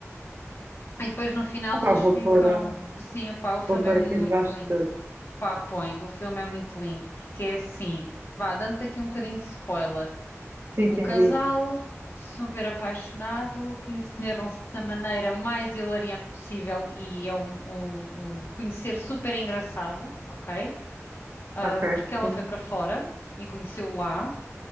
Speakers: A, on the left; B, on the right.
A: E depois no final
B: Ah, pá,
A: eles
B: vou
A: ficam,
B: pôr, ah,
A: sim, pá, o filme
B: vou pôr
A: é muito
B: aqui debaixo
A: lindo.
B: de tudo.
A: Pá, põe, o filme é muito lindo, porque é assim, vá, dando-te aqui um bocadinho de spoiler.
B: Sim,
A: Um
B: sim,
A: casal
B: diz.
A: super apaixonado, conheceram-se da maneira mais hilariante possível e é um, um- um conhecer super engraçado, ok? Ah,
B: Ok.
A: porque ela
B: sim,
A: foi
B: sim.
A: para fora e conheceu lá